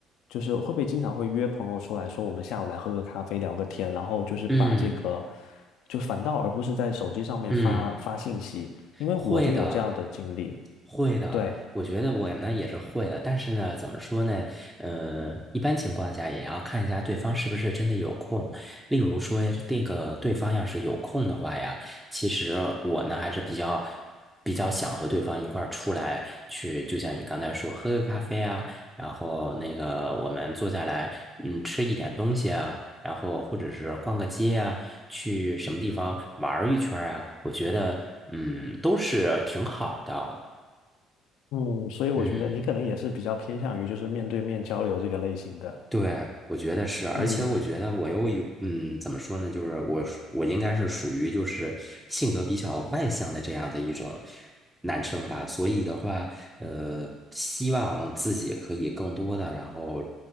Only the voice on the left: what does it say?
就是会不会经常会约朋友出来说，我们下午来喝个咖啡，聊个天，然后就是把这个，
就反倒而不是在手机上面发发信息，
因为我就有这样的经历。
对，
嗯，所以我觉得你可能也是比较偏向于就是面对面交流这个类型的。
嗯。